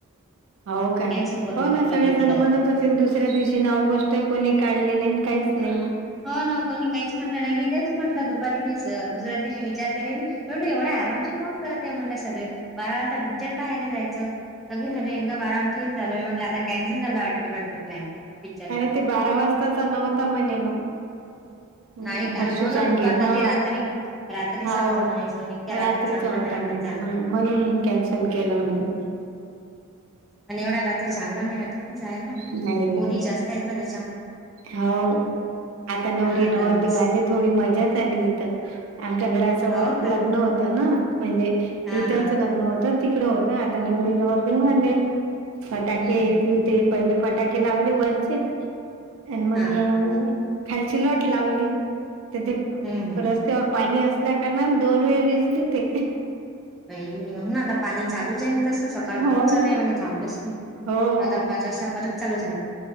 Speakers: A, on the right; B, in the centre.
A: हो
B: मग
A: का
B: कॅन्सल करून
A: हो ना
B: टाकला
A: सगळेजण
B: विक्की दादान
A: म्हणत होते दुसऱ्या दिवशी नाव गोष्ट कोणी काढली नाही काहीच नाही मग
B: ह ना कोणी काहीच म्हटलं नाही मी तेच म्हटलं दुपारी मीस दुसऱ्या दिवशी विचार करेल एवढ्या आरामशीर कोण करतय म्हण सगळे बारा वाजता पिक्चर पाहायला जायचं सगळ एक आरामशीर झालय म्हट आता कॅन्सल झाला वाटत ब प्लॅन पिक्चरचा
A: आणि ते बारा वाजताचा नव्हता म्हणे मग हम्म
B: नाही का
A: हर्षी
B: हो
A: चांगे
B: ना दुपारचा
A: हा
B: ते रात्री रात्रीचा
A: ह
B: होता म्हणे शो इतक्या रात्री
A: रात्रीचा
B: चांगला
A: होता
B: नाही वाटत
A: म्ह
B: जाणं
A: म्हणून कॅन्सल केलं म्हने
B: आणि एवढ्या रात्री चांगला नाही वाटत ना जायला
A: नाही
B: पोरी जास्त आहेत ना त्या
A: हो आता नवरी
B: हा आता
A: नवर
B: मीच.
A: देवले थोडी मजाच आली इथ आमच्या घराच
B: हो का
A: लग्न होतं ना म्हणजे
B: हा
A: इतरचं
B: हा
A: लग्न होत तिकडं होतं आता नवरी नवरदेव आले फटाके
B: हम्म
A: याची
B: हम्म
A: ते पहिले फटाके लावले वरचे आणि मग
B: हा
A: खालची लट लावली तेथे
B: हम्म हम्म
A: रस्त्यावर पाणी असल्या कारणा दोन वेळ विजली ते
B: पई हो ना आता पाणी चालूच आहे तसं सकाळपसून
A: हो ना
B: चालय पाणी थांबलंच नाही
A: हो
B: आता पाच वाजता परत चालू झा